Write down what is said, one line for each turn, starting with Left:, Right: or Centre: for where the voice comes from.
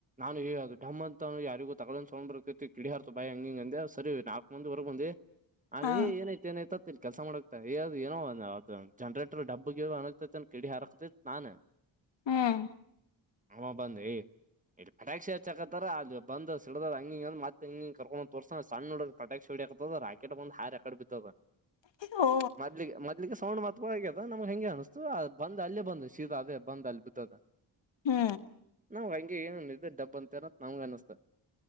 Right: ನ ಅದು ಡಮ್ ಅಂತ ಯಾರಿಗು ತಗೊೊಂಡ್ ಸಕೊಂಡತಿ ಕಿಡಿಿಯಾರತು ಬಾಯಿ ಹಂಗಿಂಗ ಅಂದೆ ಸರಿ ನಾಲ್ಕ್ ಮಂದ ವರೆಗ ಬಂದಿ ಅಲ್ಲಿ
Left: ಹಾ
Right: ಹೇ ಏನಾಯ್ತ ಏನಾಯ್ತ ಕೆಲಸ ಮಾಡಕ್ದು ಏನೋದು ಜನ್ರೇಟರ್ ಡಬ್ಬಗೆ. ಕಡಿ ಹಾರಕ್ತ ನಾನ.
Left: ಹ್ಮ್.
Right: ಆ ಬಂದಿ ಇಲ್ಲಿ ಪಟಾಕ್ಷಿ ಹಚ್ಚಾಕತಾರ ಅಲ್ಲಿ ಬಂದ್ ಸಿಡದ ಹಂಗಿಂಗ ಮತ್ತೆ ಹಂಗಿ ಕರ್ಕೊಂಡ್ ತೋರ್ಸ ಸಣ್ಣ ಹುಡ ಪಟಾಕ್ಷಿ ಹೊಡಿ ಆಾಕತದ ರಾಕೆಟ್ ಬಂದಂದು ಹಾರಿಕಡೆ ಬಿದ್ದದ.
Left: ಹೂ
Right: ಮೊದ್ಲಿಿಗೆ ಮದ್ಲಿಕ್ಕೆ. ಸೌ್ತ್ವಾ ಆಗ್ಯದಮಗೆಂ ಅನ್ತ. ಬಂದ್ ಅಲ್ಲೇ ಬಂದು ಶೀತಾ ಅದೇ ಬಂದ್ ಅಲ್ಲಿ ಬಿದ್ದದ.
Left: ಹ್ಮ್
Right: ನಾವವು ಹಂಗೆ ಏನನುಿದ್ದೆ ಡಬ್ಬ ಅಂತ ಏನ. ನಮಗೆ ಅನ್ನ್ತ.